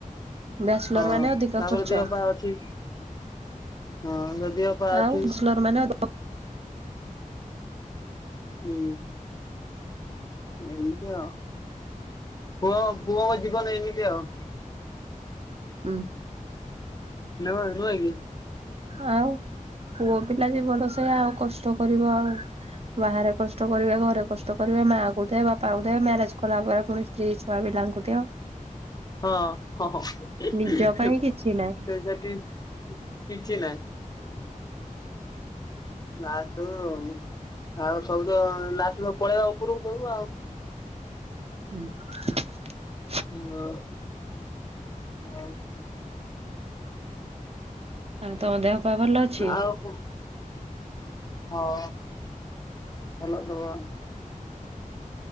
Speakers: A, on the right; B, on the left.
A: ବ୍ୟାଚଲର
B: ହଁ
A: ମାନେ ଅଧିକ
B: ତାପରେ
A: ଖର୍ଚ୍ଚ।
B: ଦେହ ପା ଅଛି ହଁ ଦେହ ପା ଅଛି
A: ଆଉ ବ୍ୟାଚଲର ମାନେ ଅ
B: ହୁଁ। ଏମିତି ଆଉ। ପୁଅ ପୁଅଙ୍କ ଜୀବନ ଏମିତି ଆଉ।
A: ଉଁ।
B: ନା କଣ ନୁହେଁକି?
A: ଆଉ ପୁଅ ପିଲା ଜୀବନ ସେୟା ଆଉ କଷ୍ଟ କରିବ ଆଉ। ବାହାରେ କଷ୍ଟ କରିବେ, ଘରେ କଷ୍ଟ କରିବେ, ମା କହୁଥିବେ, ବାପା କହୁଥିବେ, ମ୍ୟାରେଜ କଲା ପରେ ପୁଣି ସ୍ତ୍ରୀ ଛୁଆ ପିଲାଙ୍କୁ ଦିଅ।
B: ହଁ ହଁ ହଁ
A: ନିଜ
B: ହିଁ
A: ପାଇଁ
B: ହିଁ
A: କିଛି ନାହିଁ।
B: ସେ ଯଦି କିଛି ନାହିଁ। ଲାଷ୍ଟ ବେଳୁ ଆଉ ସବୁ ତ ଲାଷ୍ଟକୁ ସବୁ ପଳେଇବା ଉପରକୁ ସବୁ ଆଉ।
A: ହୁଁ।
B: ହୁଁ ଆଉ।
A: ଆଉ ତମ ଦେହ ପାହ ଭଲ ଅଛି?
B: ଆଉ ହଁ ହେଲେ ସେ। <unintelligible>